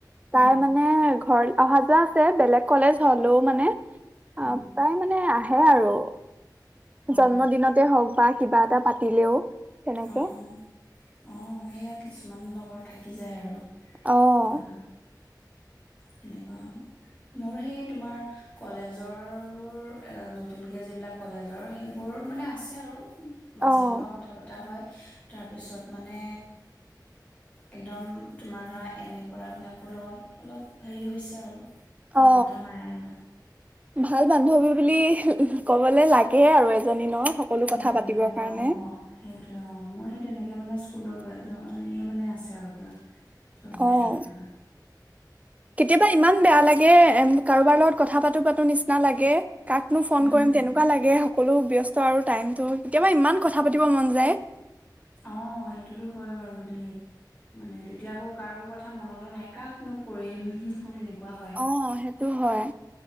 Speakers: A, on the left (about 20°); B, on the right (about 20°).
A: উম
B: তাই মানে ঘৰ অহা যোৱা আছে বেলেগ কলেজ হ'লেও মানে অ
A: উম
B: প্ৰায় মানে আহে আৰু
A: অ
B: জন্মদিনতে হওক বা কিবা এটা পাতিলেও তেনেকে
A: অ অ অ সেইয়া কিছুমান লগত থাকি যায় আৰু
B: আহ
A: পুৰা তেনেকুৱা মোৰ সেই তোমাৰ কলেজৰ বোৰ এ নতুনকে যিবিলাক কলেজৰ সেইবোৰ মানে আছে আৰু মাজে
B: অ'
A: সময়েও কথা পতা হয় উমহ তাৰপিছত মানে একদম তোমাৰ ধৰা এম এ কৰা বিলাকৰ লগত অলপ হেৰি হৈছে আৰু ইমান
B: অ
A: এটা নাই আৰু
B: ভাল বান্ধৱীৰ বুলি উমহ ক'বলে লাগে আৰু এজনী ন সকলো কথা
A: লাগে
B: পাতিবৰ
A: লাগে
B: কাৰণে
A: অ সেইটোয়ে অ মই সে তেনেকে মানে স্কুলৰ জনীয়ে মানে আছে আৰু পোৰা চবতে
B: অ'
A: আৰু ধৰা
B: কেতিয়াবা ইমান বেয়া লাগে কাৰোবাৰ লগত কথা পাতো পাতো নিচিনা লাগে কাকনো ফোন
A: উম
B: কৰিম তেনেকুৱা লাগে স কলো ব্যস্ত আৰু টাইমতটো কেতিয়াবা ইমান কথা পাতিব মন যায়
A: অ সেইটোতো হয় বাৰু দেই মানে তেতিয়া আকৌ কাৰো কথা মনলৈ নাই কাকনো কৰিম সেনেকুৱা হয়।
B: অ সেইটো হয়